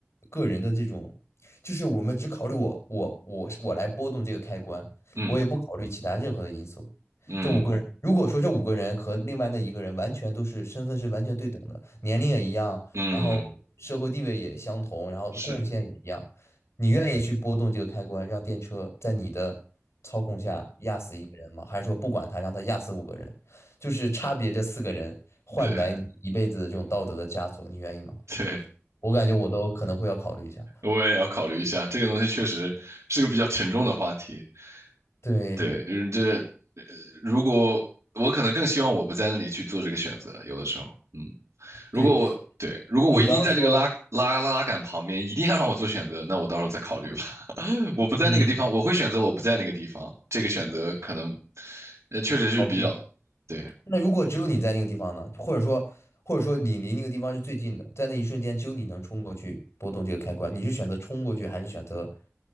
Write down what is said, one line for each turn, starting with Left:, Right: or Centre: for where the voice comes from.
Left: 个人的这种，就是我们只考虑我我我我来波动这个开关，
Right: 嗯
Left: 我也不考虑其他任何的因素。
Right: 嗯
Left: 这五个人，如果说这五个人和另外那一个人完全都是身份是完全对等的，年龄也一样，
Right: 嗯，
Left: 然后社会地位也相同，然后贡献也一样。
Right: 是，
Left: 你愿意去拨动这个开关，让电车在你的操控下压死一个人吗？还是说不管他，让他压死五个人？就是差别这四个人换来你一辈子的这种道德的枷锁，
Right: 对
Left: 你愿意吗？
Right: <laughs> 对，
Left: 我感觉我都可能会要考虑一下。
Right: 我也要考虑一下，这个东西确实是个比较沉重的话题。
Left: 对
Right: 对，嗯，这呃如果我可能更希望我不在那里去做这个选择，有的时候，嗯，如果我对，
Left: 对，
Right: 如果我一定在这个拉拉拉拉杆旁边，
Left: 你刚刚说，
Right: 一定要让我做选择，那我到时候再考虑吧。<laughs> 我不在那个地方，
Left: 嗯，
Right: 我会选择我不在那个地方，这个选择可能，呃，确实是比较，
Left: 逃避。
Right: 对，
Left: 那如果只有你在那个地方呢？或者说，或者说你离那个地方是最近的，在那一瞬间只有你能冲过去拨动这个开关，你是选择冲过去还是选择